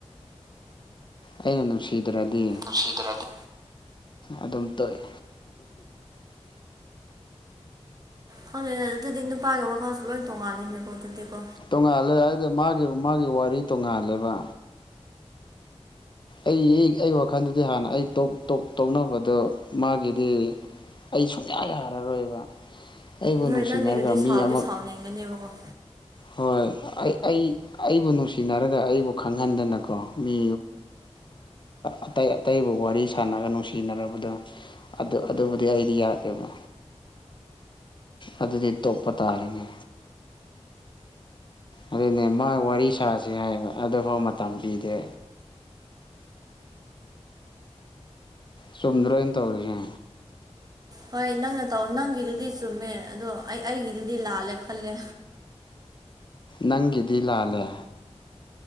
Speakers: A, on the left; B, on the right.
A: ꯑꯩꯅ ꯅꯨꯡꯁꯤꯗ꯭ꯔꯗꯤ
B: ꯎꯁꯤ ꯇꯔꯗꯤ
A: ꯑꯗꯨꯝ ꯇꯣꯛꯑꯦ
B: ꯈꯪꯅꯤ ꯑꯗꯨꯗꯤ ꯅꯨꯄꯥꯒꯤ ꯋꯥꯈꯜꯁꯨ ꯂꯣꯏ ꯇꯣꯡꯉꯥꯜꯂꯤꯅꯦꯀꯣ ꯑꯗꯨꯗꯤꯀꯣ
A: ꯇꯣꯡꯉꯥꯜꯂꯦ ꯍꯥꯏꯗꯤ ꯃꯥꯒꯤ ꯃꯥꯒꯤ ꯋꯥꯔꯤ ꯇꯣꯡꯉꯥꯜꯂꯦꯕ ꯑꯩ ꯑꯩ ꯋꯥꯈꯜꯗꯗꯤ ꯍꯥꯟꯅ ꯑꯩ ꯇꯣꯛ ꯇ ꯇꯣꯛꯅꯕꯗꯣ ꯃꯥꯒꯤꯗꯤ ꯑꯩ ꯁꯨꯡꯌꯥ ꯌꯥꯔꯔꯣꯏꯕ ꯑꯩꯕꯨ
B: ꯅꯍꯣꯏ
A: ꯅꯨꯡꯁꯤꯅꯔꯒ
B: ꯅꯪꯒꯤꯗꯨꯗꯤ
A: ꯃꯤ
B: ꯁꯥꯎꯗꯤ
A: ꯑꯃ
B: ꯁꯥꯎꯅꯤꯡꯒꯅꯦꯕꯀꯣ
A: ꯍꯣꯏ ꯑꯩ ꯑꯩ ꯑꯩꯕꯨ ꯅꯨꯡꯁꯤꯅꯔꯒ ꯑꯩꯕꯨ ꯈꯪꯍꯟꯗꯅꯀꯣ ꯃꯤ ꯑꯇꯩ ꯑꯇꯩꯕꯨ ꯋꯥꯔꯤ ꯁꯥꯟꯅꯒ ꯅꯨꯡꯁꯤꯅꯔꯕꯗꯨ ꯑꯗꯨ ꯑꯗꯨꯕꯨꯗꯤ ꯑꯩꯗꯤ ꯌꯥꯗꯦꯕ ꯑꯗꯨꯗꯤ ꯇꯣꯛꯄ ꯇꯥꯔꯤꯅꯦ ꯑꯗꯨꯅꯦ ꯃꯥ ꯋꯥꯔꯤ ꯁꯥꯁꯤ ꯍꯥꯏꯕ ꯑꯗꯨꯐꯥꯎ ꯃꯇꯝ ꯄꯤꯗꯦ ꯆꯨꯝꯗ꯭ꯔꯣ ꯑꯩ ꯇꯧꯔꯤꯁꯦ
B: ꯍꯣꯏ ꯅꯪꯅ ꯇꯧ ꯅꯪꯒꯤꯗꯨꯗꯤ ꯆꯨꯝꯃꯦ ꯑꯗꯣ ꯑꯩ ꯑꯩꯒꯤꯗꯨꯗꯤ ꯂꯥꯜꯂꯦ ꯈꯜꯂꯦ
A: ꯅꯪꯒꯤꯗꯤ ꯂꯥꯜꯂꯦ